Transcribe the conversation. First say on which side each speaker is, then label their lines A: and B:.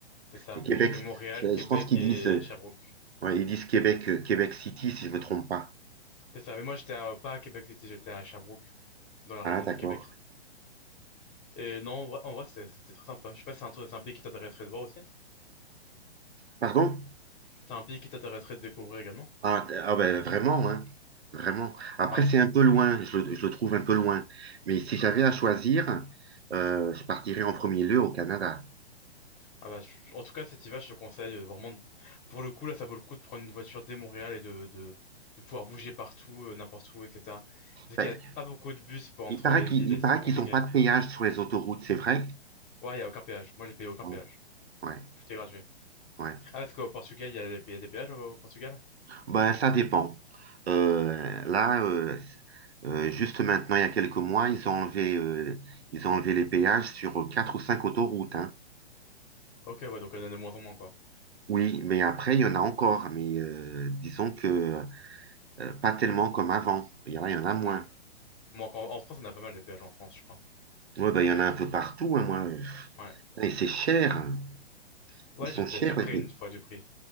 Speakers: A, on the left (about 25°); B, on the right (about 70°).
A: C'est ça.
B: et Québec,
A: Bah, j'ai fait Montréal,
B: je,
A: Québec
B: je pense qu'ils
A: et
B: disent, euh,
A: Sherbrooke.
B: ouais, ils disent Québec, euh, Québec City, si je me trompe pas.
A: C'est ça, mais moi j'étais à- pas à Québec City, j'étais à Sherbrooke, dans la région
B: Ah, d'accord.
A: du Québec. Et non, en vrai, en vrai, c'était c'était très sympa. Je sais pas si c'est un, tour- c'est un pays qui t'intéresserait de voir aussi.
B: Pardon?
A: C'est un pays qui t'intéresserait de découvrir également.
B: Ah, d- ah ben, vraiment, hein. Vraiment. Après,
A: Ouais.
B: c'est un peu loin, je, le je le trouve un peu loin. Mais si j'avais à choisir, euh, je partirais en premier lieu au Canada.
A: Ah bah, je- en tout cas, cet hiver, je te conseille euh, vraiment. de- Pour le coup, là, ça vaut le coup de prendre une voiture dès Montréal et de, de, de pouvoir bouger partout, euh, n'importe où, etc. Parce
B: Ben,
A: qu'il y a pas beaucoup de bus pour entre
B: il paraît
A: les
B: qu'il,
A: villes
B: il
A: et
B: paraît
A: c'est plus
B: qu'ils
A: compliqué.
B: n'ont pas de péage sur les autoroutes, c'est vrai?
A: Ouais, il y a aucun péage. Moi, j'ai payé aucun
B: Oui.
A: péage.
B: Ouais,
A: Tout est gratuit.
B: ouais.
A: Ah, parce qu'au Portugal, il y a des, il y a des péages au Portugal?
B: Ben, ça dépend. Euh, là, euh, euh, juste maintenant, il y a quelques mois, ils ont enlevé, euh, ils ont enlevé les péages sur quatre ou cinq autoroutes, hein.
A: Ok, ouais, donc il y en a de moins en moins, quoi.
B: Oui, mais après, il y en a encore. Mais euh, disons que euh, pas tellement comme avant. Il y en a, il y en a moins.
A: Ouais. Bon, en, en France, on a pas mal de péages en France, je crois.
B: Ouais, bah, il y en a un peu partout, hein, moi.
A: Ouais,
B: Putain, Et c'est cher. hein.
A: ouais,
B: Ils sont
A: j'étais
B: chers.
A: surpris
B: les pays.
A: une fois du prix.